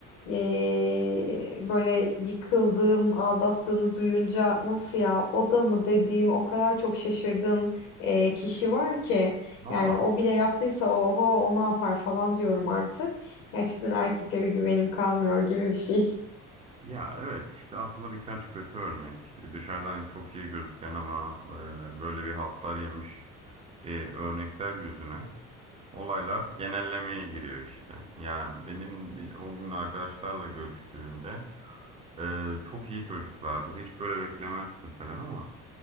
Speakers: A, on the left; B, on the right.
A: Eee, böyle yıkıldığım, aldattığını duyunca nasıl ya o da mı dediğim o kadar çok şaşırdığım eee, kişi var ki
B: Aa,
A: yani o bile yaptıysa oho o ne yapar falan diyorum artık. Gerçekten erkeklere güvenim kalmıyor gibi bir şey. <laughs>
B: ya evet işte aslında birkaç kötü örnek. E, Dışarıdan çok iyi gözüken ama e, böyle bir haltlar yemiş e, örnekler yüzüne olaylar genellemeye giriyor işte. Yani benim o gün arkadaşlarla görüştüğümde e, çok iyi çocuklardı. Hiç böyle beklemezsin falan ama